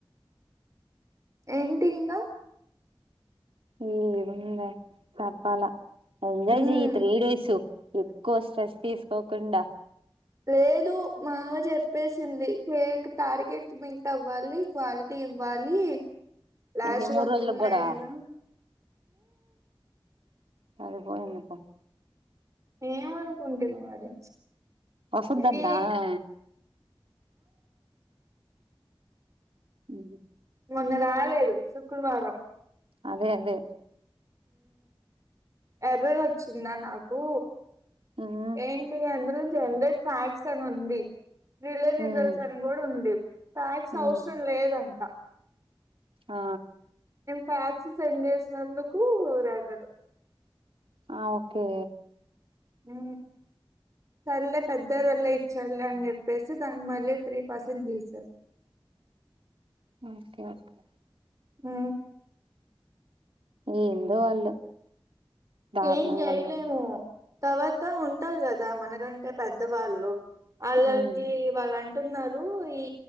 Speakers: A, on the right; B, on the right.
A: ఏంటి ఇంగ
B: ఏముంది చెప్పాల ఎంజాయ్
A: హ్మ్
B: చెయ్య త్రీ డేస్ ఎక్కువ స్ట్రెస్ తీసుకోకుండ
A: లేదు మ అమ్మ చెప్పేసింది <unintelligible> టార్గెట్ మీట్ అవ్వాలి క్వా ఇవ్వాలి లాస్ట్
B: ఏంది మూడు
A: వర్కింగ్
B: రోజులకు
A: డే
B: కూడా
A: అయిన
B: సరిపోయింది పొ
A: ఏం అనుకుంటునవ్ మరి
B: వసద్దంట
A: ఇది
B: ఆమె ఉ
A: మొన్న రాలేదు శుక్రవారం
B: అదే అదే
A: ఏరర్ వచ్చిందా నాకు
B: ఉమ్
A: ఏంటి అందులో జనరెట్ ఫ్యాక్స్ట్ అని ఉంది రిలే రిజల్ట్స్
B: ఉమ్
A: అని కూడా ఉంది ప్యాక్స్
B: ఉమ్
A: అవసరం లేదంట
B: ఆ
A: ప్యాక్స్ <unintelligible> చేసినందుకు <unintelligible>
B: ఆ ఓకే
A: హు సర్లే పెద్ద <unintelligible> అని చెప్పేసి దానికి మళ్ళీ త్రీ పర్సెంట్ తీసారు
B: ఓకే ఓకే
A: హు
B: ఏందో వాళ్ళు దారుణంగా
A: ఏం చేయలేము
B: ఉన్నారు
A: తర్వాత ఉంటారు కదా మనకంటే పెద్దవాళ్ళు వాళ్ళకి
B: ఉమ్
A: వాళ్ళం అంటున్నారు ఈ